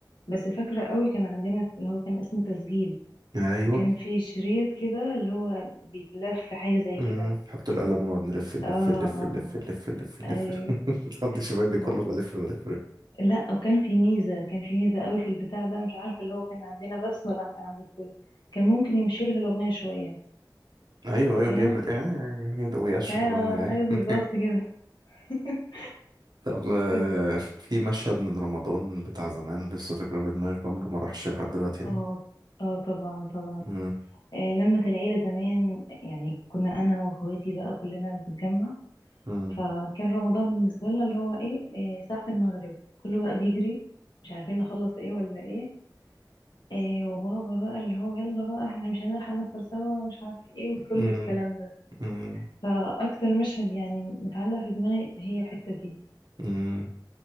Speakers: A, on the left (about 80°); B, on the right (about 60°).
A: بس فاكرة قوي كان عندنا اللي هو كان اسمه تسجيل
B: أيوه
A: وكان فيه شريط كده اللي هو بيتلف حاجة زي
B: أمم،
A: كده
B: حط القلم ونقعد نلف نلف
A: اه اه
B: نلف نلف نلف نلف
A: ايوه
B: <laughs> نقضي شبابي كله
A: و-
B: بلف بلف
A: لا وكان في ميزة كان في ميزة قوي في البتاع ده أنا مش عارفة اللي هو كان عندنا بس ولا كان عند الكل كان ممكن يمشي لي في الأغنية شوية
B: ايوه ايوه
A: فاهم
B: بيعمل ايه ويأشف
A: اه اه
B: الاغنيه ايه
A: ايوه بالظبط كده <laughs>
B: طب آه،
A: كنت
B: في مشهد من رمضان بتاع زمان لسه فاكره في دماغي عمره ما راحش لحد دلوقتي يعني
A: اه اه طبعا طبعا
B: امم
A: آه لمة العيلة زمان يعني كنا أنا وأخواتي بقى كلنا بنتجمع
B: امم
A: فكان رمضان بالنسبة لنا اللي هو ايه, إيه ساعة المغرب كله بقى بيجري مش عارفين نخلص ايه ولا ايه, إيه وبابا بقى اللي هو يلا بقى احنا مش هنلحق نفطر سوا مش عارف ايه وكل
B: امم
A: الكلام ده
B: امم
A: فأكتر مشهد يعني متعلق في دماغي هي الحتة دي
B: امم